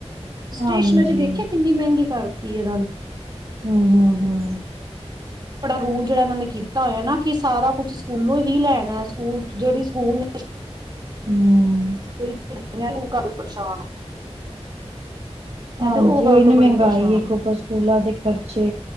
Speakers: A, on the right (about 40°); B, on the right (about 65°).
A: ਸਟੇਸ਼ਨਰੀ
B: ਹਾਂਜੀ
A: ਦੇਖਿਆ ਕਿੰਨੀ ਮਹਿੰਗੀ ਕਰਤੀ। <inaudible>
B: ਹੂੰ ਹੂੰ ਹੂੰ
A: ਬੜਾ ਰੂਲ ਜਿਹੜਾ ਇਹਨਾਂ ਨੇ ਕੀਤਾ ਹੋਇਆ ਨਾ ਕਿ ਸਾਰਾ ਕੁਛ ਸਕੂਲੋਂ ਹੀ ਲੈਣਾ ਸਕੂਲ ਜਿਹੜੀ ਸਕੂਲ ਨੇ
B: ਹਮ
A: ਬਿਲਕੁਲ ਮੈ ਹੁਣ ਕਲ ਪਰੇਸ਼ਾਨ ਮੈਂ
B: ਹਾਂਜੀ
A: ਤੇ ਗੱਲ
B: ਉਹ ਇਹਨੇ
A: ਤੋਂ ਬੜੀ
B: ਮਹਿੰਗਾਈ
A: ਪਰੇਸ਼ਾਨ
B: ਇੱਕ
A: ਆ
B: ਉੱਪਰ ਸਕੂਲਾਂ ਦੇ ਖਰਚੇ